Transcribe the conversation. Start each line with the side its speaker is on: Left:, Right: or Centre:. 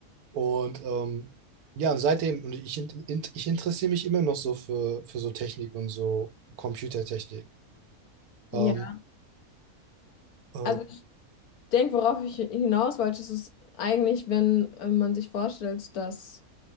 Right: und ähm, ja, seitdem, und ich, in, in, ich interessiere mich immer noch so für, für so Technik und so Computertechnik.
Left: Ja.
Right: Ähm, äh,
Left: Also ich denke, worauf ich hinaus wollte, ist es eigentlich, wenn äh, man sich vorstellt, dass